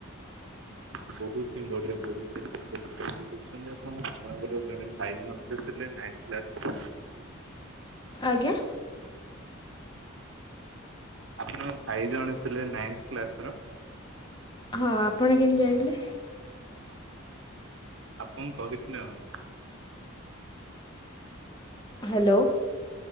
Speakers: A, on the left; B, on the right.
A: ହ
B: ବହୁତ ହିଁ ବଢିଆ ବହୁତ ହିଁ ସୁନ୍ଦର କହାଯ୍ୟ କରୁଛନ୍ତି ଆପଣ ଆପଣଙ୍କର ଜଣେ ଭାଇ ମୋସାଥି ରେଲା। ନେଚୁ ରାଲେ।
A: ଆଜ୍ଞା।
B: ଆପଣଙ୍କ ଭାଇ ଜଣେ ଥିଲେ ନାଇଥ କ୍ଲାସର?
A: ହଁ ଆପଣ କେମିତି ଜାଣିଲେ?
B: ଆପଣ କହିଥିଲେ ମତେ
A: ହ୍ୟାଲୋ।